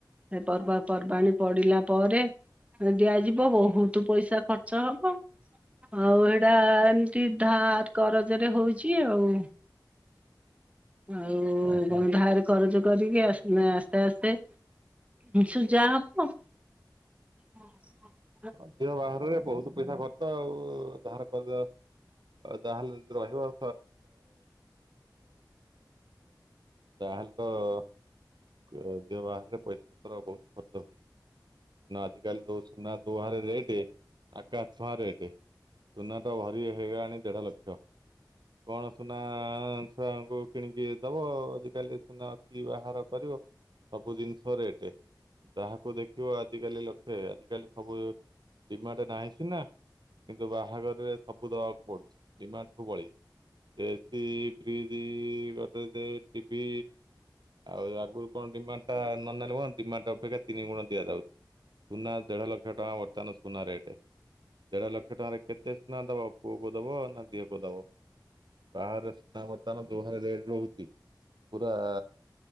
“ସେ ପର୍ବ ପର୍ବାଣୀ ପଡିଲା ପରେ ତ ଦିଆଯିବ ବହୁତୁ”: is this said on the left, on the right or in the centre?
Right